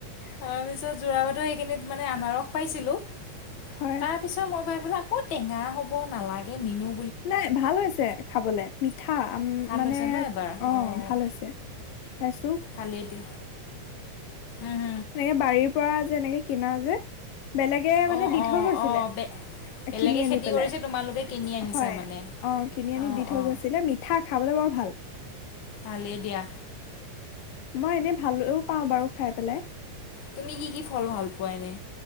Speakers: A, on the left (about 50°); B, on the left (about 85°).
A: তাৰপিছত যোৰাবাটৰ সেইখিনিত মানে আনাৰস পাইছিলোঁ তাত
B: হয়
A: তাৰ পিছত মই ভাবিলোঁ আকৌ টেঙা হব, নালাগে নিনু।
B: নাই ভাল হৈছে খাবলে মিঠা
A: ভাল
B: মানে
A: হৈছে ন এবাৰ
B: অ
A: অঁ
B: ভাল হৈছে। খাইছোঁ।
A: ভালেই দি উম
B: এনেকে বাৰীৰ পৰা যে এনেকে কিনা যে বেলেগে মানে
A: অঁ
B: দি
A: অঁ
B: থৈ গৈছিলে।
A: অঁ বে বেলেগে
B: কিনি আনি
A: খেতি
B: পেলাই
A: কৰিছে তোমালোকে কিনি আনিছা
B: হয়
A: মানে
B: অ কিনি আনি
A: অঁ
B: দি থৈ
A: অঁ
B: গৈছিলে মি ঠা খাবলে বৰ ভাল।
A: ভালেই দিয়া।
B: মই এনেই ভালোঁ পাওঁ বাৰু খাই পেলাই।
A: তুমি কি কি ফল ভাল পোৱা এনে।